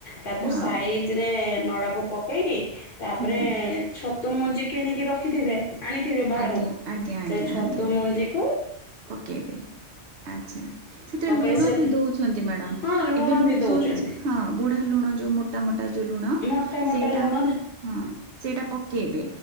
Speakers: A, on the left; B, on the right.
A: ତାକୁ
B: ହଁ
A: ସାଇ ଜି ରେ ନଡାକୁ ପକେଇକି, ତାପରେ
B: ହୁଁ
A: ଛତୁ ମଞ୍ଜି କିଣିକି ରଖିଥିବେ। ଆଣିଥିବେ ବାହାରୁ,
B: ଆଜ୍ଞା ଆଜ୍ଞା ଆଜ୍ଞା
A: ସେଇ ଛତୁ
B: ଆଜ୍ଞା
A: ମଞ୍ଜିକୁ
B: ପକେଇବେ ଆଚ୍ଛା। ସେଥିରେ
A: ପକେଇ
B: ଲୁଣ
A: ସେ
B: ବି ଦଉଛନ୍ତି ମ୍ୟାଡ଼ାମ,
A: ହଁ ଲୁଣ
B: ଏବେ ମୁଁ
A: ବି ଦଉଚନ୍ତି
B: ଶୁଣିଛି ହଁ ବୁଢ଼ା ଲୁଣ ଯୋଉ ମୋ ମୋଟା ମୋଟା ଯୋଉ ଲୁଣ,
A: ମୋଟା ମୋଟା
B: ସେଇଟା
A: ଲୁଣ
B: ହଁ ସେଇଟା ପ ପକେଇବେ